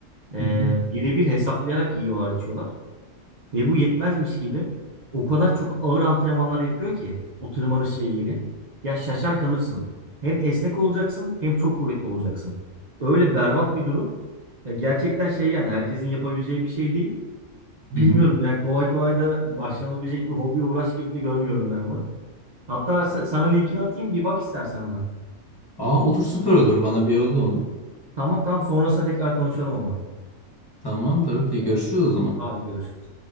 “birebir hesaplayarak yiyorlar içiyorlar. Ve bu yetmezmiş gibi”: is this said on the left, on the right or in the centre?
Right